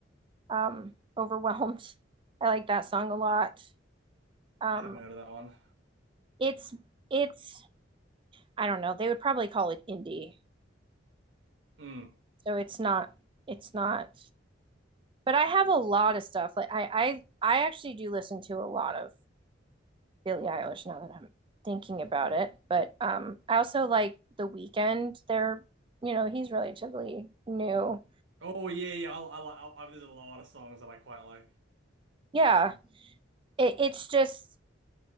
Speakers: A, on the right; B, on the right.
A: um, Overwhelmed. <laughs> I like that song a lot. Um,
B: heard of that one.
A: it's it's I don't know. They would probably call it indie.
B: Mm.
A: So it's not it's not. But I have a lot of stuff. Like I I I actually do listen to a lot of Billie Eilish now that I'm thinking about it. But um I also like The Weekend. They're you know, he's relatively new.
B: Oh yeah, yeah. I I like I, I, there's a lot of songs that I quite like.
A: Yeah. It, it's just